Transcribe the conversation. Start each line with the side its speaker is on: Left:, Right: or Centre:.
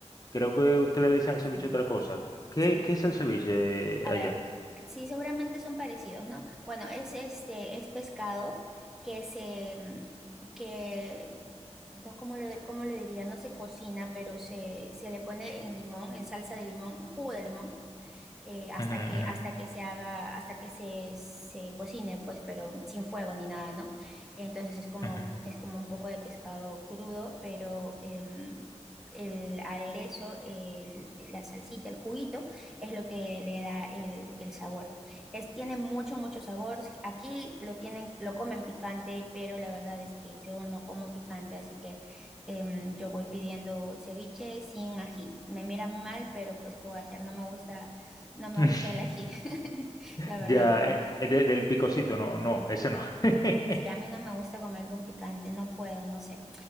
Left: Creo que ustedes le dicen
Centre: Sí,
Left: al ceviche otra cosa. ¿Qué,
Centre: sí.
Left: qué es el ceviche
Centre: A
Left: eh, allá?
Centre: ver, sí, seguramente son parecidos, ¿no? Bueno, es este, es pescado que se, mm, que, no, ¿cómo lo, cómo lo diría? No se cocina, pero se, se le pone en limón, en salsa de limón, en jugo de limón eh, hasta
Left: Ujú,
Centre: que,
Left: ujú,
Centre: hasta que se haga, hasta que se, se cocine, pues, pero sin fuego ni nada, ¿no? Entonces es como,
Left: ujú.
Centre: es como un poco de pescado crudo, pero em, el aderezo, el- la salsita, el juguito, es lo que le da el, el sabor. Es, tiene mucho, mucho sabor. Aquí lo tienen, lo comen picante, pero la verdad es que yo no como picante, así que em, yo voy pidiendo ceviche sin ají. Me miran mal, pero pues, ¿qué voy a hacer? No me gusta no me
Left: <laughs>
Centre: gusta el ají, <laughs> la verdad.
Left: Ya, eh, eh, de- del picocito, no, no, ese no. <laughs>
Centre: Sí, a mí no me gusta comer con picante, no puedo, no sé.